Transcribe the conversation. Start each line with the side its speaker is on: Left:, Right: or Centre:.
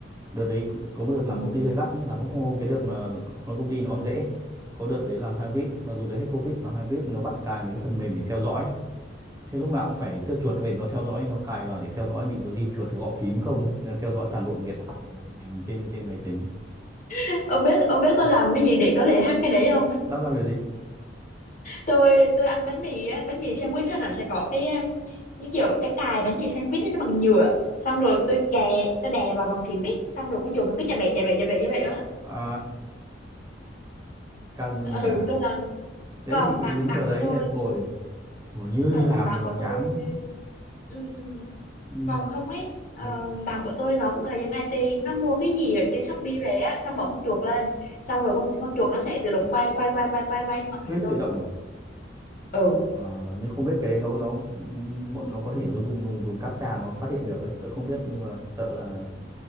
Right: đợt đấy có một đợt làm
Left: ừ.
Right: công ty hơi gắt nhá, làm work from home cái đợt mà làm công ty nó còn dễ có đợt đấy làm hybrid mặc dù đấy hết covid làm hybrid nó bắt cài mấy cái phần mềm để theo dõi thì lúc nào cũng phải tua chuột mình nó theo dõi nó cài vào để theo dõi mình có di chuột gõ phím không ấy, là theo dõi toàn bộ những cái tab của mình mình trên trên máy tính
Left: <laughs>
Right: Tình,
Left: ông biết ông biết tôi
Right: tình.
Left: làm cái gì để có thể hack cái đấy không
Right: Làm làm kiểu gì?
Left: tôi tôi ăn bánh mì á bánh mì sandwich á là sẽ có cái um, như kiểu cái cài bánh mì sandwich ấy, nó bằng nhựa xong rồi tôi kè tôi đè vào bằng phím ấy xong rồi con chuột nó cứ chà bậy chà bậy chà bậy như vậy đó
Right: À, căng
Left: <laughs>
Right: nhỉ.
Left: ừ
Right: à.
Left: tôi làm
Right: Đấy
Left: còn
Right: bị bị
Left: bạn
Right: dính
Left: bạn
Right: vào đấy
Left: của tôi
Right: nên ngồi ngồi như
Left: ờ,
Right: đi làm
Left: còn bạn
Right: mà nó
Left: của
Right: chán
Left: tôi ừ, ừ.
Right: nhưng
Left: còn
Right: mà
Left: không ấy ờ,
Right: ừ,
Left: bạn của tôi nó cũng là dân IT nó mua cái gì ở trên Shopee về á xong bỏ con chuột lên xong rồi con con chuột nó sẽ tự động quay quay quay quay quay quay trên màn hình
Right: click
Left: luôn
Right: tự động à.
Left: ừ
Right: À, nhưng không biết cái đấy nó nó bọn nó có thể nó dùng dùng dùng captcha nó phát hiện được đấy, tớ không biết nhưng mà sợ là